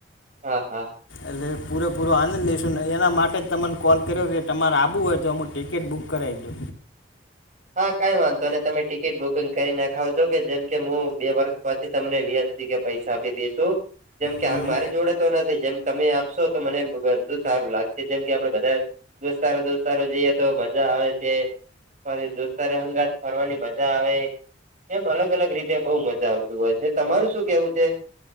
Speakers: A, on the right (about 40°); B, on the left (about 80°).
A: હા હા.
B: એટલે પૂરેપૂરો આનંદ લઈેશું ને એના માટે જ તમને કોલ કર્યો કે તમારે આબુ હોય તો હમું ટિકિટ બુક કરાએ દઉ.
A: હા કઈ વાંધો ને તમે ટિકિટ બુકિંગ કરી નાખાવજો કે જેમ કે હું બે વર્ષ પછી તમને વ્યા થી કે પૈસા આપી દેેશુ. જેમ કે
B: હમ
A: હાલ મારી જોડે તો નથી જેમ તમે આપશો તો મને બધું સારું લાગશે જેમ કે આપડે બધાયે દોસ્તારો દોસ્તારો જઈએ તો મજા આવે છે. પછી દોસ્તારે હંગાત ફરવાની મજા આવે. એમ અલગ અલગ રીતે બહુ મજા આવતુ હોય છે તમારું શું કેવું છે.